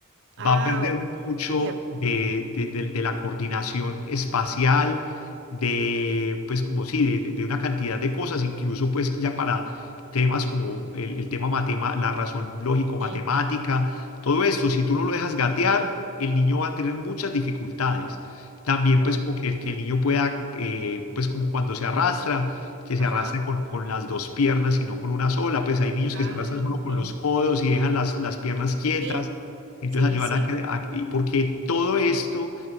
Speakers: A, on the right; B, on the left.
A: ah,
B: va a perder
A: verdad,
B: mucho
A: cierto.
B: de, de- de- de la coordinación espacial, de, pues como sí, de, de- de una cantidad de cosas, incluso pues ya para temas como el, el tema matema, la razón lógico-matemática,
A: Sí,
B: todo esto, si tú no lo dejas gatear,
A: mira,
B: el niño va a tener muchas dificultades. También
A: wow.
B: pues como que, el- que el niño pueda, eh, pues como cuando se arrastra, que se
A: Ajá,
B: arrastre con, con las dos piernas y no con una sola, pues hay niños
A: ah,
B: que se arrastran solo
A: ok.
B: con los codos y dejan las, las piernas quietas.
A: Sí,
B: Entonces
A: sí,
B: ayúdala
A: sí,
B: a que, a- y porque todo esto